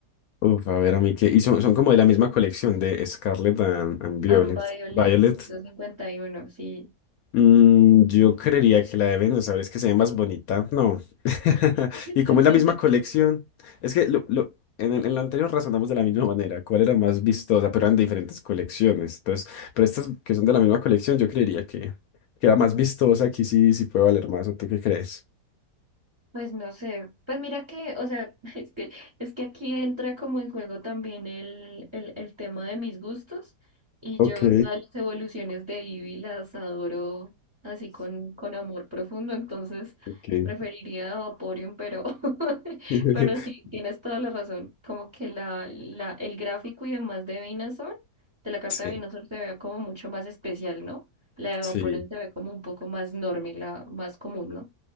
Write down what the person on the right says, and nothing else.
Ambiviolet
ciento cincuenta y uno sí.
<laughs>
Pues no sé, pues mira que, o sea, <laughs> es que, es que aquí entra como en juego también el, el, el tema de mis gustos y
yo todas las evoluciones de Eevee las adoro así con, con amor profundo, entonces
preferiría a Vaporeon, pero, <laughs>
pero sí, tienes toda la razón, como que la, la, el gráfico y demás de Venusaur, de la carta
de Venusaur se ve como mucho más especial, ¿no? La de
Vaporeon se ve como un poco más normal, la más común, ¿no?